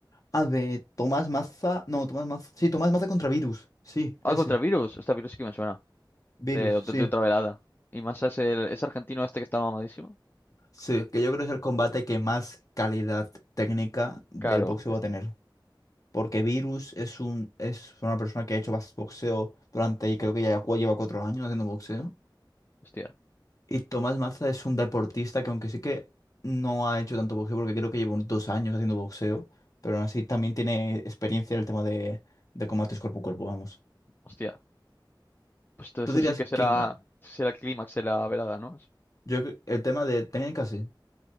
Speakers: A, on the left (about 45°); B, on the left (about 25°).
A: Ah, de Tomás Maza. No, Tomás Maza. Sí, Tomás Maza contra Virus. Sí,
B: Ah,
A: ese.
B: contra Virus. Esta Virus sí que me suena.
A: Virus,
B: De,
A: sí.
B: de- de otra velada. Y más es el, es argentino este que está mamadísimo.
A: Sí, que yo creo que es el combate que más calidad técnica del
B: Claro,
A: boxeo
B: es-
A: va a tener. Porque Virus es un, es una persona que ha hecho bas- boxeo durante, y creo que ya cu- lleva cuatro años haciendo boxeo.
B: hostia,
A: Y Tomás Maza es un deportista que aunque sí que no ha hecho tanto boxeo, porque creo que lleva unos dos años haciendo boxeo, pero aún así también tiene experiencia en el tema de, de combates cuerpo a cuerpo, vamos.
B: hostia. Pues entonces
A: Tú dirías
B: ese sí que será,
A: que en-
B: será el clímax de la velada, ¿no?
A: yo, cre- el tema de técnicas, sí.